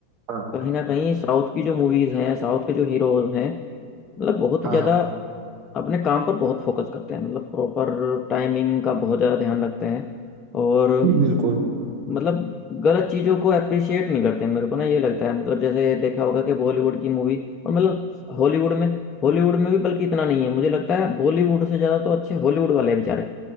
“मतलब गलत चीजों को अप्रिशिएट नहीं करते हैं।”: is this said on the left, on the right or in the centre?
Left